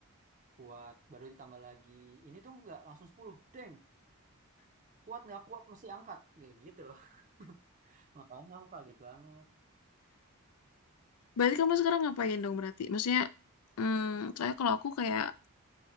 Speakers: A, on the right; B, on the left.
A: kuat baru ditambah lagi ini tuh nggak langsung 10. deng kuat nggak kuat mesti angkat kayak gitu loh <laughs> makanya aku kaget banget
B: Berarti kamu sekarang ngapain dong berarti? Maksudnya, hmm, soalnya kalau aku kayak